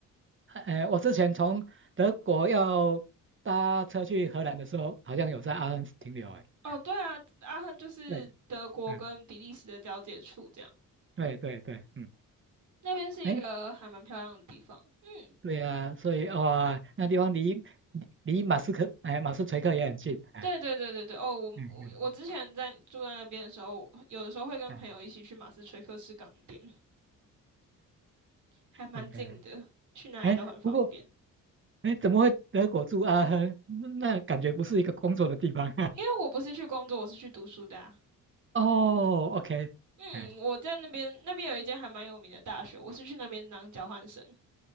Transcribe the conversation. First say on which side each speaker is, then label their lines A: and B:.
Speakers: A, on the right; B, on the right.
A: 哎，我之前从德国要搭车去荷兰的时候，好像有在阿亨停留，哎，
B: 哦，
A: 哎，
B: 对啊，阿亨就是德国跟比利时的交界处，
A: 对，哎，
B: 这样
A: 对对对，嗯，
B: 那边是一个还蛮漂亮的地方。
A: 哎，
B: 嗯，
A: 对呀，所以哇，那地方离离离马斯克，哎，马斯垂克也很近，哎，
B: 对对对对对。哦，我我我之前在住在那边的时候，
A: 嗯嗯，
B: 有的时候会跟朋友一起去马斯垂克吃港点，
A: 哎
B: 还蛮近的，
A: ，OK，
B: 去哪里都很方便。
A: 哎，不过，哎，怎么会德国住阿亨？那感觉不是一个工作的地方，
B: 因为我不是去工作，我是去读书的啊。
A: <laughs> 哦，OK，
B: 嗯，
A: 哎。
B: 我在那边那边有一间还蛮有名的大学，我是去那边当交换生。